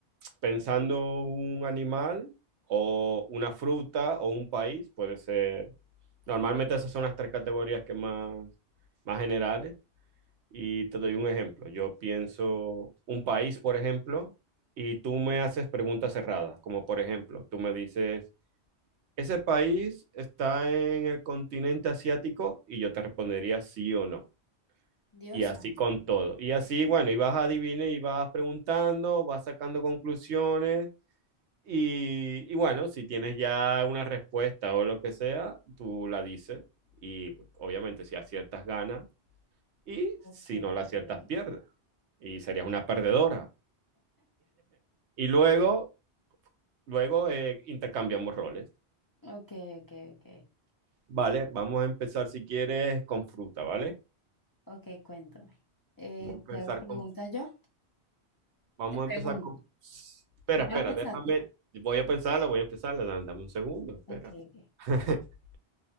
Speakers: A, on the right; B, on the left.
A: pensando un animal o una fruta o un país, puede ser. Normalmente esas son las tres categorías que más, más generales. Y te doy un ejemplo. Yo pienso un país, por ejemplo, y tú me haces preguntas cerradas, como por ejemplo, tú me dices, ¿ese país está en el continente asiático? Y yo te respondería sí o no.
B: Dios
A: Y así
B: santo.
A: con todo. Y así, bueno, y vas a adivinar y vas preguntando, vas sacando conclusiones. Y, y bueno, si tienes ya una respuesta o lo que sea, tú la dices. Y obviamente si aciertas ganas y
B: Ok,
A: si no la aciertas
B: ok,
A: pierdes y serías una perdedora. Y luego, luego eh, intercambiamos roles.
B: ok, ok, ok,
A: Vale, vamos a empezar si quieres con fruta, ¿vale?
B: ok, cuéntame. Eh,
A: Vamos a
B: ¿te
A: empezar
B: hago preguntas
A: con,
B: yo?
A: vamos
B: Te pregunto.
A: a empezar con... Espera,
B: ¿Ya
A: espera,
B: la pensaste?
A: déjame, voy a pensarla, voy a empezarla, dame, dame un segundo, espera.
B: Ok, ok,
A: <laughs>